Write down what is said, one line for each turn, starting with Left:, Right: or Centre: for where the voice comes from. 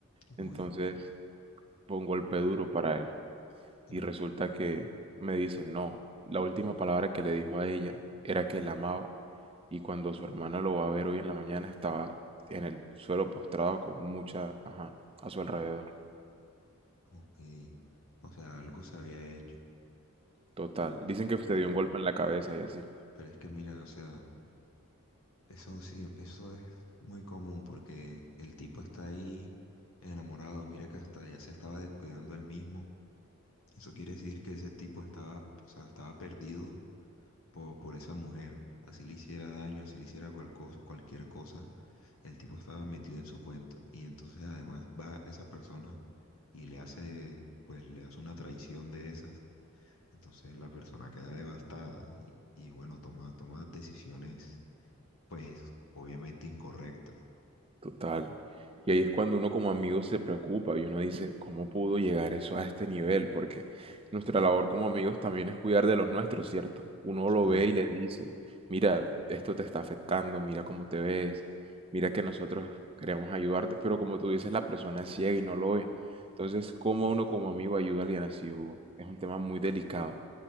Right: Entonces
Left: Uy,
Right: fue un golpe duro para él.
Left: mm,
Right: Y resulta que me dicen, no, la última palabra que le dijo a ella era que la amaba. Y cuando su hermana lo va a ver hoy en la mañana, estaba en el suelo postrado con mucha, ajá, a su alrededor.
Left: ok. O sea, algo se había hecho,
Right: Total. Dicen que se
Left: pero
Right: dio
Left: es
Right: un golpe
Left: que,
Right: en la cabeza y así.
Left: pero es que mira, o sea, Eso sí, eso es muy común porque el tipo está ahí enamorado, mira que hasta ya se estaba descuidando él mismo. Eso quiere decir que ese tipo estaba, o sea, estaba perdido por, por esa mujer. Así le hiciera daño, así le hiciera cual cos- cualquier cosa, el tipo estaba metido en su cuento. Y entonces además va esa persona y le hace, pues le hace una traición de esas. Entonces la persona queda devastada y, y bueno, toma, toma decisiones pues obviamente incorrectas.
Right: Total. Y ahí es cuando uno como amigo se preocupa y uno dice, ¿cómo pudo llegar eso a este nivel? Porque nuestra labor como amigos también es cuidar de los nuestros, ¿cierto? Uno lo
Left: Claro,
Right: ve y le dice, mira, esto te está afectando, mira cómo te ves, mira que nosotros queremos ayudarte, pero como tú dices, la persona es ciega y no lo ve. Entonces, ¿cómo uno como amigo ayuda a alguien así, Hugo? Es un tema muy delicado,